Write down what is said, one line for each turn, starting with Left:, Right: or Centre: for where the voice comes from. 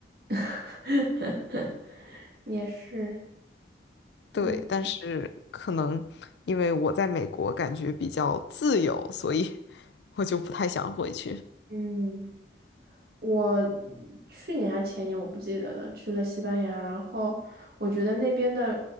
Right: <laughs> 也是，
Left: 对，
Right: 嗯
Left: 但是可能因为我在美国感觉比较自由，所以我就不太想回去。
Right: 嗯。我去年还前年我不记得了，去了西班牙，然后我觉得那边的